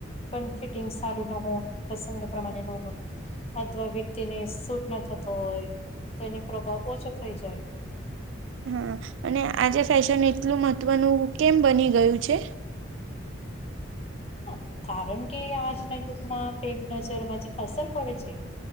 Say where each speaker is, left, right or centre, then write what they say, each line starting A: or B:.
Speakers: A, on the left; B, on the right.
A: પણ ફિટિંગ સારું ન હોય પ્રસંગ પ્રમાણે ન હોય. અથવા વ્યક્તિની સૂટ ના થતો હોય તો એની પ્રભાવ ઓછો થઈ જાય.
B: હા અને આજે ફેશન એટલું મહત્વનું કેમ બની ગયું છે.
A: હ કારણ કે આજના યુગમાં પેલી નજરમાં જે અસર પડે છે.